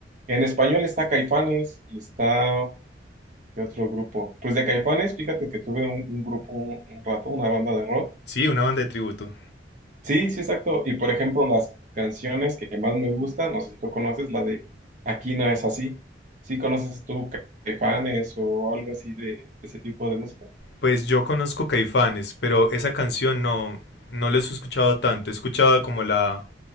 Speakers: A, on the right (about 45°); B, on the left (about 65°).
A: En español está Caifanes y está, ¿qué otro grupo? Pues de Caifanes, fíjate que tuve un, un grupo un un rato, una banda de rock
B: Sí, una banda de tributo.
A: Sí, sí, exacto. Y por ejemplo, las canciones que más me gustan, no sé si tú conoces la de Aquí no es así. ¿Sí conoces tú Caifanes o algo así de, ese tipo de música?
B: Pues yo conozco Caifanes, pero esa canción no, no les he escuchado tanto. He escuchado como la,